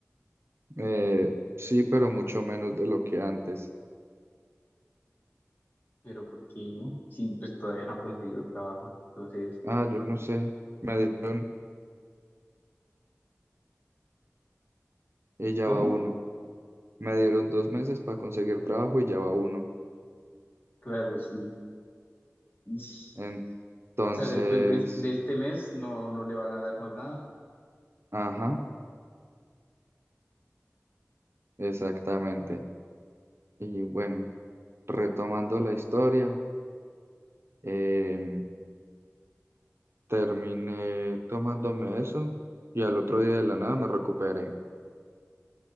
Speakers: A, on the right (about 55°); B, on the left (about 40°).
A: Eh, sí, pero mucho menos de lo que antes.
B: Pero porque sí, pues todavía no ha conseguido trabajo. Entonces,
A: Ah, yo no sé. Me dieron y ya
B: ¿cómo?
A: va uno. Me dieron dos meses para conseguir trabajo y ya va uno.
B: Claro, sí. Ish.
A: Entonces,
B: O sea, después de, de este mes no, no le van a dar más nada.
A: ajá, exactamente. Y bueno, retomando la historia, em, terminé tomándome eso y al otro día de la nada me recuperé.